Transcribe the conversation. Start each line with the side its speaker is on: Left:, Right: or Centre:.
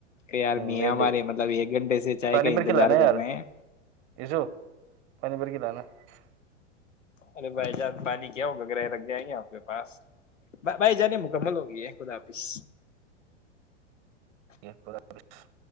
Left: کہ یار میاں
Right: میرے
Left: ہمارے
Right: لیے
Left: مطلب ایک گھنٹے سے چائے
Right: پانی
Left: کا
Right: بھر
Left: انتظار
Right: کے لانا
Left: کر
Right: یار
Left: رہے ہیں
Right: یسو پانی بھر <unintelligible>
Left: ارے بھائی جانس پانی کیا ہوگا گرائے رگ جائیں گے آپ کے پاس بھائی جانی مکمل ہو گی ہے خود آفس
Right: یہ <unintelligible>